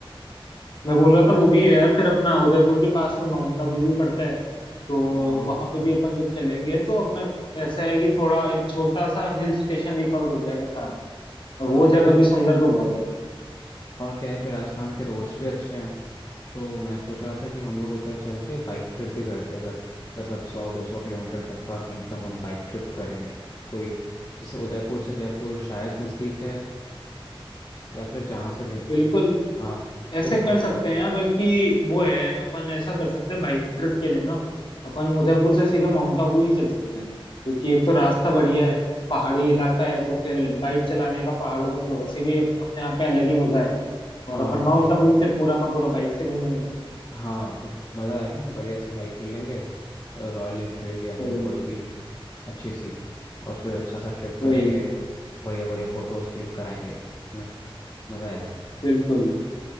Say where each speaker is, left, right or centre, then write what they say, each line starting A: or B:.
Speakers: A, on the left; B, on the left.
A: मैं बोल रहा था वो भी है यार फिर अपना उदयपुर के पास में माउंट आबू भी पड़ता है तो
B: अ, और
A: वहां पे भी अपन जब चलेंगे तो अपना ऐसा है कि थोड़ा एक छोटा सा हिल स्टेशन भी कवर हो जाएगा साथ में और
B: क्या
A: वो जगह
B: है ना
A: भी सुंदर तो बहुत है
B: और क्या है कि राजस्थान के रोड्स भी अच्छे हैं तो मैं सोच रहा था कि हम लोग उधर चल के बाइक ट्रिप भी करते हैं अगर मतलब सौ दो सौ किलोमीटर तक का कहीं पे हम लोग बाइक ट्रिप करें कोई जैसे उदयपुर से जयपुर शायद नज़दीक है या फिर जहाँ से भी
A: बिल्कुल
B: हाँ
A: ऐसे
B: तो
A: कर
B: वहाँ
A: सकते हैं यार बल्कि वो है अपन ऐसा कर सकते हैं बाइक ट्रिप के लिए ना अपन उदयपुर से सीधा माउंट आबू ही चल सकते हैं क्योंकि एक तो रास्ता बढ़िया है पहाड़ी इलाका है तो फिर बाइक चलाने का पहाड़ों पे तो वैसे भी अप- अपने आप पे अलग ही मजा है और
B: हाँ
A: अपन माउंट आबू फिर पूरा का पूरा बाइक से घूम लेंगे
B: हाँ तो मज़ा आएगा ना बढ़िया सी बाइक ले लेंगे रॉयल इनफील्ड या फिर
A: वही
B: कोई भी अच्छी सी और फिर अच्छा सा ट्रिप करेंगे
A: वही
B: बढ़िया बढ़िया फ़ोटोज़ क्लिक कराएंगे है ना मज़ा आएगा
A: बिल्कुल